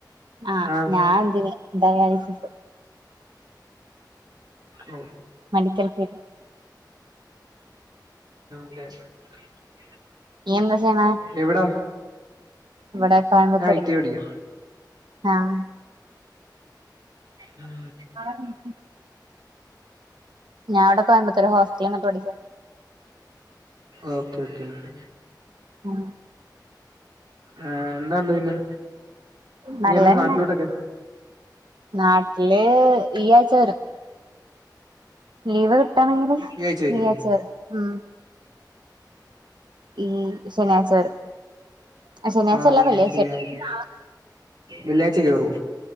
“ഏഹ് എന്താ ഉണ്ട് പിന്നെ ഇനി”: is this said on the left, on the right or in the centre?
Right